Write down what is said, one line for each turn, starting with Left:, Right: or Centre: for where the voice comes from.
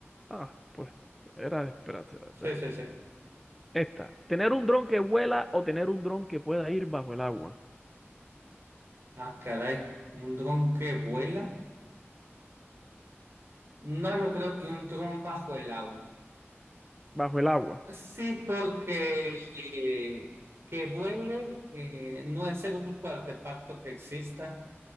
Centre: Ah, pues era de esperarse, la verdad.
Right: Sí, sí, sí.
Centre: Esta, tener un dron que vuela o tener un dron que pueda ir bajo el agua.
Right: Ah, caray, ¿un dron que vuela? No, yo creo que un dron bajo el agua.
Centre: bajo el agua.
Right: Sí, porque eh, que vuele eh, no es el único artefacto que exista